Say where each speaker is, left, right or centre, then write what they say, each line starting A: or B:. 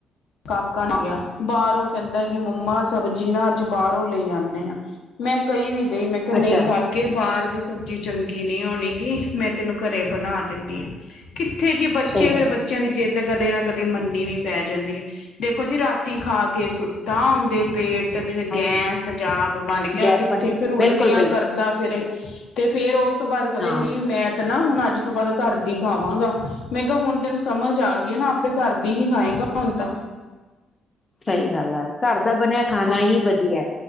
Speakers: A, on the left (about 80°); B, on the left (about 30°).
A: ਕਾਕਾ ਨੇ ਕਿਹਾ ਬਾਰੋ ਕੇਂਦਾ ਕਿ ਮੰਮਾ ਸਬਜ਼ੀ ਨਾ ਆਜ ਬਾਰੋ ਲੈ ਆਏ ਆ। ਮੈਂ ਕਈ ਵੀ ਗਈ ਮੈਂ ਕਿਹਾ
B: ਅੱਛਾ
A: ਨਹੀਂ ਕਾ ਕਿ ਬਾਰ ਦੀ ਸਬਜ਼ੀ ਚੰਗੀ ਨੀ ਹੋਣੀ ਗੀ, ਮੈਂ ਤੈਨੂੰ ਘਰੇ ਬਣਾ ਦਿੰਦੀ ਆ। ਕਿੱਥੇ ਜੇ ਬੱਚੇ
B: ਸਹੀ ਗੱਲ
A: ਫੇਰ
B: ਆ
A: ਬੱਚਿਆਂ ਦੀ ਜਿੱਦ ਕਦੇ ਨਾ ਕਦੇ ਮੰਨੀ ਵੀ ਪੈ ਜਾਂਦੀ ਐ, ਦੇਖੋ ਜੀ ਰਾਤੀ ਖਾ ਕੇ ਸੁੱਤਾ ਓਨਦੇ ਪੇਟ
B: ਹਾਂਜੀ
A: ਗੈਸ, ਤਜਾਬ ਬਣ ਗਿਆ
B: ਗੈਸ
A: ਕਿੱਥੇ
B: ਬਣ ਜਾਂਦੀ।
A: ਫੇਰ ਉਲਟੀਆਂ
B: ਬਿਲਕੁਲ ਬਿਲਕੁਲ
A: ਕਰਦਾ ਫਿਰੇ ਤੇ ਫੇਰ ਓ ਉਸ ਤੋਂ ਬਾਅਦ ਕਵੇ
B: ਹਾਂ
A: ਨਈ ਮੈਂ ਤਾਂ ਨਾ ਹੁਣ ਅੱਜ ਤੋਂ ਬਾਅਦ ਕਾਰ ਦੀ ਖਾਵਾਂਗਾ, ਮੈਂ ਕੇਹਾ ਹੁਣ ਤੈਨੂੰ ਸਮਝ ਆ ਗ ਈ ਨਾ ਆਪੇ ਕਰਦੀ ਹੀ ਖਾਏਗਾ ਹੁਣ ਤਾਂ
B: ਸਹੀ ਗੱਲ ਆ, ਘਰ ਦਾ ਬਣਿਆ ਖਾਣਾ
A: ਹਾਂਜੀ
B: ਹੀ ਵਧੀਆ